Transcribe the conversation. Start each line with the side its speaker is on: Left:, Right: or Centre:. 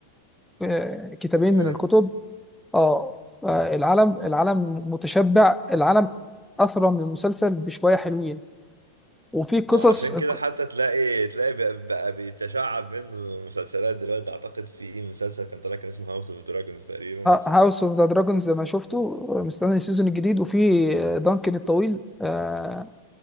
Centre: آه، كتابين
Right: <laughs> الروايه
Centre: من الكتب اه فالعالم العالم متشبع العالم اثرى من المسلسل بشويه حلوين وفي قصص
Right: عشان كده حتى تلاقي تلاقي بقى, بقى بيتشعب منه مسلسلات دلوقتي اعتقد في ايه مسلسل كان طالع كان اسمه هاوس اوف دراجونز تقريبا
Centre: هاوس اوف ذا دراجونز لما شفته مستني السيزون الجديد وفي دانكن الطويل آه،